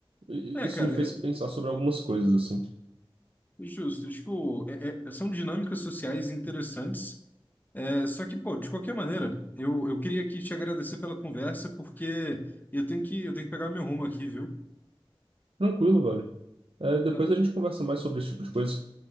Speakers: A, on the right; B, on the left.
A: i-
B: É,
A: Isso
B: cara,
A: me fez
B: é
A: pensar sobre algumas coisas, assim.
B: justo. Tipo, é- é- são dinâmicas sociais interessantes. É, só que, pô, de qualquer maneira, eu, eu queria aqui te agradecer pela conversa, porque eu tenho que, eu tenho que pegar meu rumo aqui, viu?
A: Tranquilo, velho. É, depois
B: Tá,
A: a gente conversa mais sobre esse tipo de coisa.